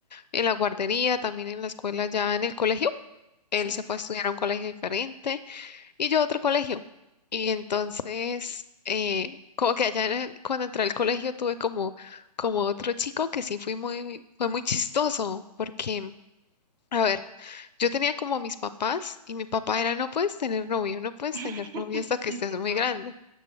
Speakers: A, on the left; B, on the right.
A: en la guardería, también en la escuela, ya en el colegio, él
B: sí.
A: se fue a estudiar a un colegio diferente. y yo a otro colegio. Y entonces, eh, como que allá en el- cuando entré al colegio tuve como, como otro chico que sí fui muy, fue muy chistoso, porque, a ver, yo tenía como a mis papás y mi papá era, no puedes tener novio, no puedes
B: <laughs>
A: tener novio hasta que estés
B: típico.
A: muy grande,